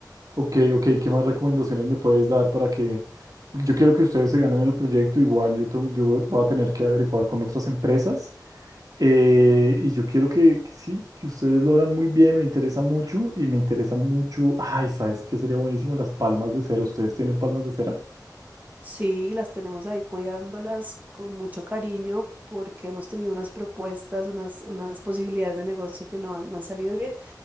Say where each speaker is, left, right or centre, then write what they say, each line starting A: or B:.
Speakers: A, on the right (about 55°); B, on the right (about 20°).
A: ok, ok, ¿qué más recomendaciones me puedes dar para que... Yo quiero que ustedes se ganen el proyecto, igual yo, tu- yo voy a tener que averiguar con otras empresas Eh, y yo quiero que, que sí, que ustedes lo hagan muy bien, me interesa mucho y me interesa mucho. Ay, ¿sabes qué sería buenísimo? Las palmas de cera. ¿Ustedes tienen palmas de cera?
B: Sí, las tenemos ahí cuidándolas con mucho cariño porque hemos tenido unas propuestas, unas, unas posibilidades de negocio que no han, no han salido bien.